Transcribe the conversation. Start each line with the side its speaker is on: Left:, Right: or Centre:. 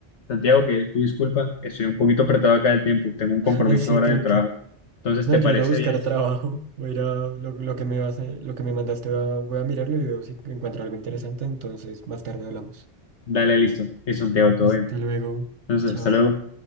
Left: Santiago, que tú disculpa, estoy un poquito apretado acá del tiempo, tengo
Right: <laughs>
Left: un compromiso
Right: Así,
Left: ahora
Right: tranqui.
Left: del trabajo. Entonces,
Right: No,
Left: ¿te parece
Right: yo iré a buscar
Left: bien? Sí.
Right: trabajo, voy a ir a lo, lo que me vas a- lo que me mandaste, va voy a mirarlo y veo si encuentro algo interesante, entonces más tarde hablamos.
Left: Dale, listo. Es Santiago,
Right: Vale,
Left: todo
Right: hasta
Left: bien.
Right: luego.
Left: Entonces,
Right: Chao.
Left: hasta luego.